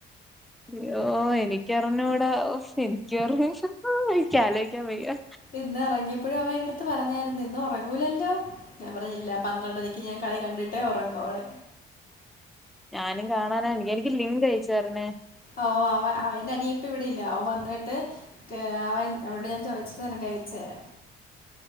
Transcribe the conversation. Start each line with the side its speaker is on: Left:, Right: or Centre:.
Centre: യ്യോ എനിക്കറിഞ്ഞൂടാ എനിക്കറിഞ്ഞൂടാ ഓ ക്ക്ആലോ യിക്കാൻ വെയ്യ
Left: ഇന്നെറങ്ങിപ്പഴേ അവൻ്റെട്ത്ത് പറഞ്ഞാര്ന്നു ഇന്നൊറങ്ങൂലല്ലോ ഞാൻ പറഞ്ഞു ല്ല പന്ത്രണ്ടരക്ക് ഞാൻ കളി കണ്ടിട്ടേ ഒറങ്ങോളു
Centre: ഞാനും കാണാനാ എനിക്ക് ലിങ്കയച്ചെരണേ
Left: ഓ അവ അവന്റെനിയിപ്പ വെടെയില്ല അവ വന്നിട്ട് അവൻ അവട് ഞാൻ ചോയിച്ച്താണ് അയച്ച് രാ